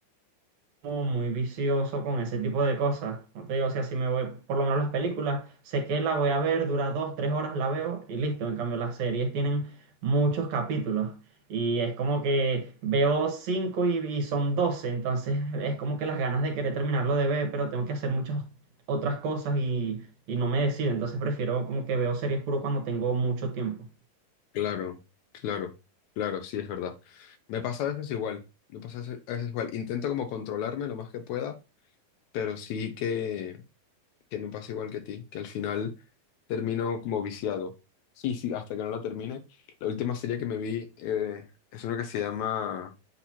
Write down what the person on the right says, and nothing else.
como muy vicioso con ese tipo de cosas. No te digo, o sea, si me voy, por lo menos las películas, sé que la voy a ver, dura dos, tres horas, la veo y listo. En cambio, las series tienen muchos capítulos y es como que veo cinco y, y son doce, entonces <laughs> es como que las ganas de querer terminarlo de ver, pero tengo que hacer muchas otras cosas y, y no me decido. Entonces prefiero como que veo series puro cuando tengo mucho tiempo.